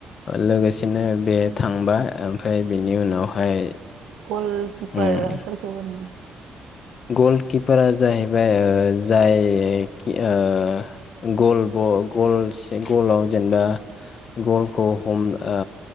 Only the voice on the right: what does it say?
गलकिपारा
सोरखौ होनो?